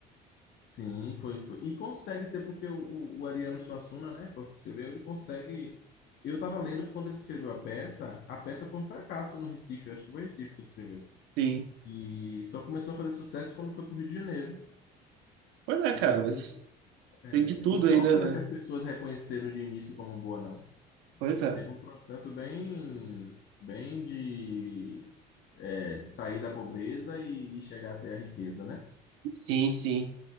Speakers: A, on the left; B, on the right.
A: Sim, foi, foi. E consegue ser porque o, o- o Ariano Suassuna, né, foi o que escreveu, ele consegue... Eu estava lendo que quando ele escreveu a peça, a peça foi um fracasso no Recife, eu acho que foi Recife que ele escreveu.
B: Sim.
A: E só começou a fazer sucesso quando foi para o Rio de Janeiro.
B: Pois é, cara,
A: E depois,
B: mas tem
A: é,
B: de tudo
A: não foi
B: aí,
A: uma
B: né,
A: coisa
B: velho?
A: que as pessoas reconheceram de início como boa, não.
B: Pois é.
A: Teve um processo bem, bem de é, sair da pobreza e, e chegar até a riqueza, né?
B: Sim, sim.